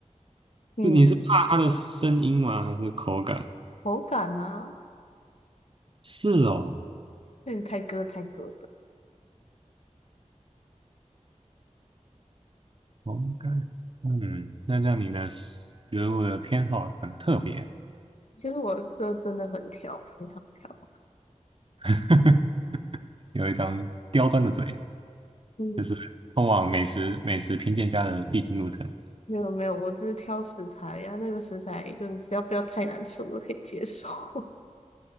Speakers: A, on the left; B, on the right.
A: 嗯，
B: 就你是怕它的声音吗？还是口感？
A: <laughs> 口感啊，
B: 是哦，
A: 有点太割太割的。
B: 口感。嗯，那让你的食物的偏好很特别，
A: 其实我这真的很挑，非常挑。
B: <laughs> 有一张刁钻的嘴，
A: 嗯，
B: 就是通往美食美食评鉴家的必经路程。
A: 没有没有，我只是挑食材呀、那个食材就是只要不要太难吃，我都可以接受。<laughs>